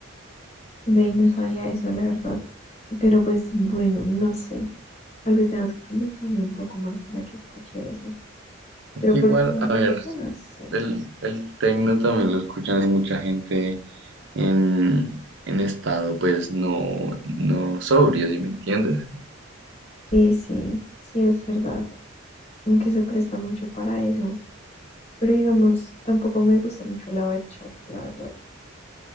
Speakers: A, on the left; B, on the right.
A: Ve, no sabía eso, la verdad. Pero pues bueno, no sé. Tal vez tengas que convencerme un poco más para que escuche eso.
B: Es
A: Pero
B: que
A: por
B: igual,
A: el momento,
B: a ver,
A: no sé.
B: el, el tecno también lo escuchan es mucha gente en, en estado, pues no, no sobrio, ¿sí me entiendes?
A: Sí, sí, sí, es verdad. Como que se presta mucho para eso. Pero digamos, tampoco me gusta mucho la bachata, la verdad.